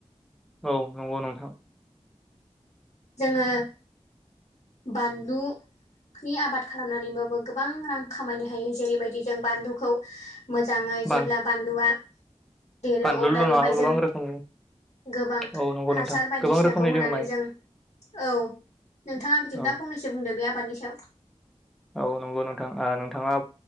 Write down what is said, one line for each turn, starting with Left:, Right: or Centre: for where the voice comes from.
Centre: औ नंगौ नोंथां
Left: जोङो बानलु नि आबाद खालामनानैबाबो गोबां रां खामायनो हायो जेरैबायदि जों बानलुखौ मोजाङै
Centre: बानाय
Left: जेब्ला बानलुआ देरो
Centre: बानलुल'
Left: अब्ला
Centre: नङा
Left: बेवहाय
Centre: गोबां
Left: जों
Centre: रोखोमनि
Left: गोबां
Centre: औ नंगौ नोंथां
Left: हासार बायदिसिनाखौ
Centre: गोबां रोखोमनि
Left: होनानै
Centre: माइ
Left: जों औ नोंथाङा बिदिब्ला
Centre: औ
Left: फंनैसो बुंदों बे आबादनि सायाव
Centre: औ नंगौ नोंथां नोंथाङा